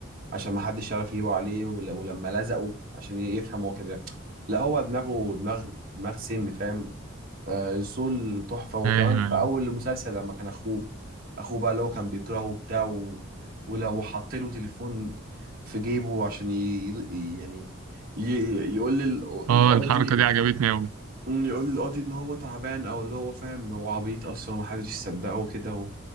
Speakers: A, on the right; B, on the right.
A: عشان ما حدش يعرف يجيبه عليه ول- ولما لزقه عشان يفهم هو كان بيعمل لا هو دماغه دماغ دماغ سم فاهم آه، سول تحفة وكمان
B: ايوه
A: في
B: ايوه
A: أول المسلسل لما كان أخوه أخوه بقى اللي هو كان بيكرهه وبتاع و... ولو حط له تليفون في جيبه عشان ي... ي- يعني ي... يقول لي
B: اه
A: القاضي
B: الحركه دي عجبتني اوي
A: مم، يقول لي القاضي إن هو تعبان أو اللي هو فاهم هو عبيط أصلا ومحدش يصدقه وكده و...